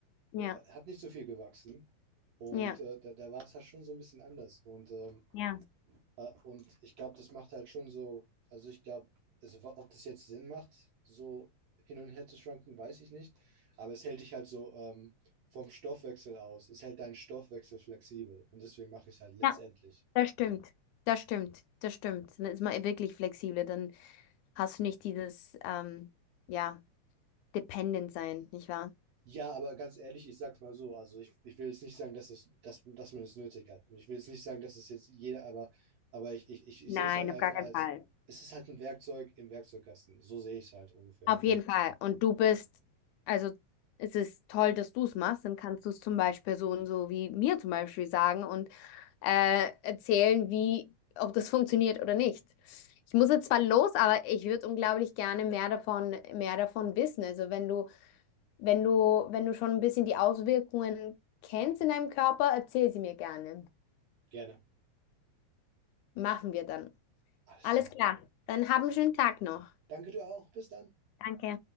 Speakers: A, on the left; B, on the right.
A: ja,
B: äh, hat nicht so viel gewachsen. Und
A: ja,
B: äh, da, da war es halt schon so ein bisschen anders. Und, ähm,
A: ja.
B: äh, und ich glaube, das macht halt schon so, also ich glaube, also, ob das jetzt Sinn macht, so hin und her zu schwanken, weiß ich nicht. Aber es hält dich halt so ähm, vom Stoffwechsel aus. Es hält deinen Stoffwechsel flexibel. Und deswegen mache ich es halt letztendlich.
A: Ja. Das stimmt, das stimmt, das stimmt. Dann ist man wirklich flexibel, dann hast du nicht dieses, ähm, ja, dependent sein, nicht wahr?
B: Ja, aber ganz ehrlich, ich sag's mal so, also ich, ich will jetzt nicht sagen, dass es, dass, dass man es nötig hat. Und Ich will jetzt nicht sagen, dass es jetzt jeder, aber, aber ich, ich, ich, ich
A: Nein,
B: sehe es halt einfach
A: auf gar keinen
B: als,
A: Fall.
B: es ist halt ein Werkzeug im Werkzeugkasten. So sehe ich es halt ungefähr.
A: Auf jeden Fall. Und du bist, also es ist toll, dass du es machst, dann kannst du es zum Beispiel so und so wie mir zum Beispiel sagen und äh, erzählen, wie, ob das <laughs> funktioniert oder nicht. Ich muss jetzt zwar los, aber ich würde unglaublich gerne mehr davon, mehr davon wissen. Also wenn du Wenn du, wenn du schon ein bisschen die Auswirkungen kennst in deinem Körper, erzähl sie mir gerne.
B: Gerne.
A: Machen wir dann.
B: Alles
A: Alles
B: klar.
A: klar. Dann hab einen schönen Tag noch.
B: Danke dir auch. Bis dann.
A: Danke.